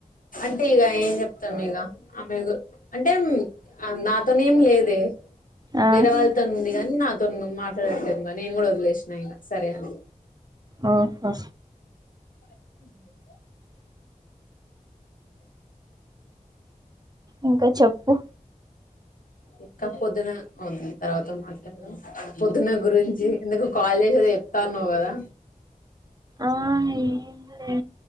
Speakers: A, on the left (about 75°); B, on the right (about 30°).
A: అంటే ఇగ ఏం చెప్తవ్ ఇగ. ఆమె అంటే నాతోనేం లేదే
B: ఆ
A: వేరే వాళ్ళతోన్ అ కాని నాతో మాట్లాడలేదు నేను కూడా వదిలేసినా ఇంక సరే అ
B: ఓ ఫ
A: <inaudible>
B: ఇంకా చెప్పు
A: ఇంకా పొద్దున అవుంది తర్వాత మాట్లాడ పొద్దున గురించి ఎందుకు కాలేజ్ చెప్తనంవ్ గా
B: ఆ ఏ